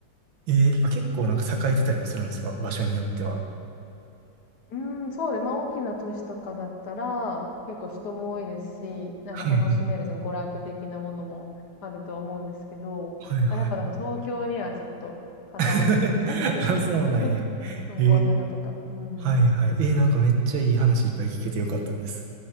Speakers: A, on the right; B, on the left.
A: えー、あ、結構なんか栄えてたりもするんですか場所によっては。
B: うん、そうで、まあ大きな都市とかだったら、結構人も多いですし、なんか楽しめるその娯楽的なものもあるとは思うんですけど、
A: はいはい。はいはい。
B: まあ、やっぱでも東京にはちょっとかなわないですけどね。
A: <laughs> あ、そうなんや。
B: <laughs> うん
A: えー、
B: 大阪とか。うんうん
A: はいはい。えー、なんかめっちゃいい話いっぱい聞けてよかったです。